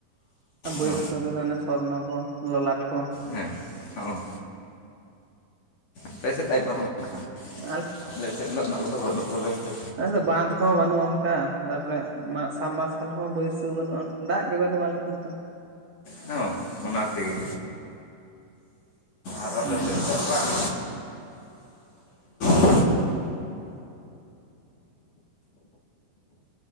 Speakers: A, on the right; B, on the left.
A: ᱵᱟᱹᱫᱽ
B: ᱚ
A: ᱠᱚᱨᱮ ᱫᱚ ᱚᱱᱮ ᱥᱚᱨᱱᱚ ᱠᱚ ᱞᱚᱞᱟᱴ ᱠᱚ
B: ᱦᱮᱸ ᱚ ᱟᱯᱮᱥᱮᱫ ᱟᱭᱢᱟ <unintelligible>
A: ᱟᱞ
B: ᱟᱞᱮᱥᱮᱫ ᱫᱚ ᱚᱱᱟ ᱠᱚᱫᱚ ᱵᱟᱹᱱᱩᱜ ᱟᱠᱟᱫᱟ ᱥᱮ
A: ᱟ ᱵᱟᱸᱫᱷ ᱦᱚᱸ ᱵᱟᱹᱱᱩᱜ-ᱚᱱᱠᱟ ᱛᱟᱯᱚᱨᱮ ᱥᱟᱵ ᱢᱟᱨᱥᱟᱞ ᱠᱚᱦᱚᱸ ᱵᱟᱹᱭᱥᱟᱹᱣ ᱵᱟᱹᱱᱩᱜ-ᱟ ᱚᱱᱠᱟ ᱫᱟᱜ ᱜᱮ ᱵᱟᱹᱱᱩᱜ-ᱟ ᱞᱟᱞᱮ ᱥᱮᱫ ᱫᱚ
B: ᱦᱮ ᱚᱱᱟ ᱛᱮᱜᱮ ᱟᱨ ᱟᱞᱮ
A: ᱦᱩᱸ
B: ᱥᱮᱫ ᱫᱚ ᱵᱟᱝ <unintelligible>